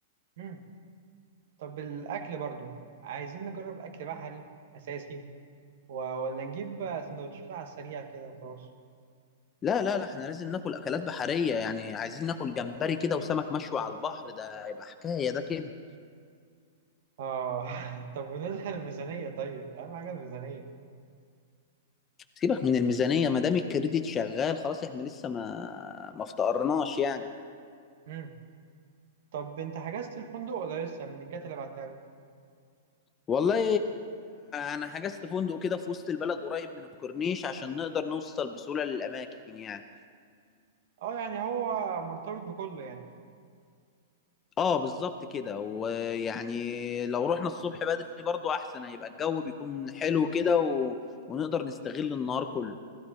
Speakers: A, on the right (about 60°); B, on the left (about 20°).
A: مم. طب الأكل برضو عايزين نجرب أكل بحري أساسي و- ولا نجيب سندوتشات على السريع كده وخلاص
B: لا لا لا احنا لازم ناكل أكلات بحرية يعني عايزين ناكل جمبري كده وسمك مشوي على البحر ده هيبقى حكاية ده كده
A: اه <laughs> طب بالنسبة للميزانية طيب أهم حاجة الميزانية
B: سيبك من الميزانية ما دام الكريديت شغال خلاص احنا لسه ما ما افتقرناش يعني
A: مم. طب أنت حجزت الفندق ولا لسه من الكات اللي بعتها لك؟
B: والله أنا حجزت فندق كده في وسط البلد قريب من الكورنيش عشان نقدر نوصل بسهولة للأماكن يعني
A: أه يعني هو مرتبط بكله يعني
B: اه بالظبط كده ويعني لو رحنا الصبح بدري برضو احسن هيبقى الجو بيكون حلو كده و... ونقدر نستغل النهار كله